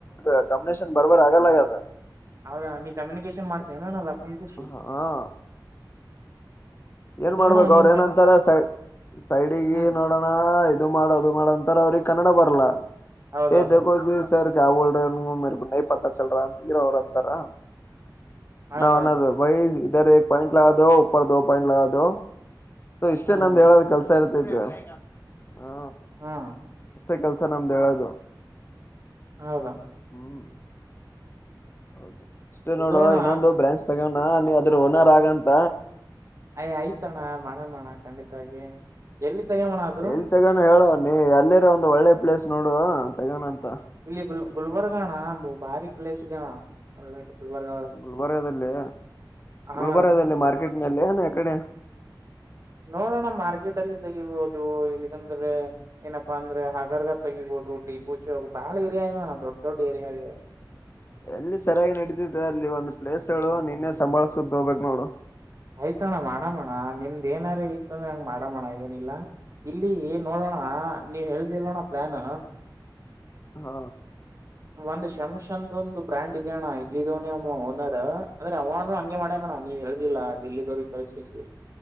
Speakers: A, on the left; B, on the right.
A: ಅ ಕಂಬನ್ ಬರಬ ಆಗಲ್ಲತ
B: ಹೌದಾ ನೀ ಕಮ್ಯುನಿಕೇಶನ್ ಮಾಡ್ತೀಯನ ಅಣ್ಣ ಲಕುನ್ ಕಿಸಿ
A: ಹಾ ಏನ್
B: ಅದು
A: ಮಾಡ್ಬೇಕು
B: ಅಣ್ಣ
A: ಅವ್ರ
B: ನಿಮ್
A: ಏನಂತಾರೆ ಸೈ ಸೈಡಿಗೆ
B: ಹ್ಮ್
A: ನೋಡೋಣ ಇದು ಮಾಡ ಅದು ಮಾಡ ಅಂತಾರ ಅವ್ರಿಗೆ ಕನ್ನಡ ಬರ್ಲ್ಲ
B: ಹೌದೌದು
A: ಏ ದೋ ಸರ್ ಯಾವ ಬೋಲ್ರ ಮರೆ ನ ಪತಾ ಚಲ್ರ ಅಂತರ ಅವ್ರ ಅಂತಾರಾ
B: ಹೌದೌದು
A: ನಾನದು ಭೈ ಇಧರ ಪಂಟ್ ಲಗಾದ ರ ದ ದು ಇಷ್ಟೇ
B: ಹ್ಮ್
A: ನಮ್ದ್ ಹೇಳದ್ ಕೆಲ್ಸ ಇರುತ್ತೆ ಹಾ
B: ಹ್ಮ್
A: ಅಷ್ಟೇ ಕೆಲ್ಸ ನಮ್ದು ಹೇಳದು
B: ಹೌದು
A: ಹ್ಮ್ ಹೌದು ಇಷ್ಟೇ
B: ಇದು
A: ನೋಡುವ
B: ಅಣ್ಣ
A: ಇನ್ನೊಂದು ಬ್ರಾಂಚ್ ತಗೋಣ ನೀ ಅದ್ರ ಓನರ್ ಆಗಂತ
B: ಅಯ ಐ್ತಣ್ಣ ಮಾಡಣ ಮಾಡಣ ಖಂಡಿತವಾಗಿ ಎಲ್ಲಿ ತಗಮಣ ಅದು
A: ಎಲ್ಲಿ ತಗಾನ ಹೇಳುವ ನೀ ಎಲ್ಲರ ಒಂದ್ ಒಳ್ಳೆ ಪ್ಲೇಸ್ ನೋಡು ತೆಗಾನ ಅಂತ
B: ಇಲ್ಲಿ ಗುಲ್ ಗುಲ್ಬರ್ಗ ಅಣ್ಣ ಭಾರಿ ಕ್ಲೇಸ್ ಇದ್ಯಣ್ಣ ಒಳ್ಳೆ ಗುಲ್ಬರ್ಗ ಒಳಗೆ
A: ಗುಲ್ಬರ್ಗಾದದಲ್ಲಿ
B: ಹಾ
A: ಗುಲ್ಬರ್ಗಾದದಲ್ಲಿ ಮಾರ್ಕೆಟ್ನಲ್ಲಿ ಏನ ಕಡೆ
B: ನೋಡೋಣ ಮಾರ್ಕೆಟ್ ಅಲ್ಲಿ ತೆಗಿಬಹುದು ಇಲ್ಲಿಕಂದ್ರೆ ಏನಪ್ಪಾ ಅಂದ್ರೆ ಹಾಗಗರ್ಗ ತೆಗಿಬಹುದು ಟಿ ಪೂಚೆ ಬಾಳ ಏರಿಯೇಣ ದೊಡ್ಡ ದೊಡ್ಡ ಏರಿಯದೆ
A: ಎಲ್ಲಿ ಸರಿಯಾಗಿ ನಡೀತಿದೆ ಅಲ್ಲಿ ಒಂದು್ ಪ್ಲೇಸ್ ಗಳುು ನಿನ್ನೆ ಸಂಭಾಳ್ಸ್ಕೊಂತ ಹೋಗ್ಬೇಕಕ್ ನೋಡು
B: ಆಯ್ತ ಅಣ್ಣ ಮಾಡಮ್ಮೋಣ ನಿಮ್ದ ಏನಾರ ಇತ್ತ ಅಂದ್ರೆ ಹಂಗ್ ಮಾಡಮೋಣ ಏನಿಲ್ಲ ಇಲ್ಲಿ ನೋಡೋಣ ನೀವ್ ಹೇಳ್ದಿಿಲ್ಲೋಣ ಪ್ಲಾನ್
A: ಹಾ
B: ಒಂದ್ ಶಮ್ ಅಂದ ಒಂದು್ ಬ್ರ್ಯಾಂಡ್ ಇದ್ಯಣ್ಣ ಇಡ್ಲಿ ಇದವನೇಮ್ಮ ಓನರ್ ಅಂದ್ರೆ ಅವಾನ ಹಂಗೆ ಮಾಡೋಣ ನೀವು ಹೇಳುದಿಲ್ಲ ದಿಲ್ಲಿದವ್ರಿಗೆ ಕಳಿಸ್ಿಸಿ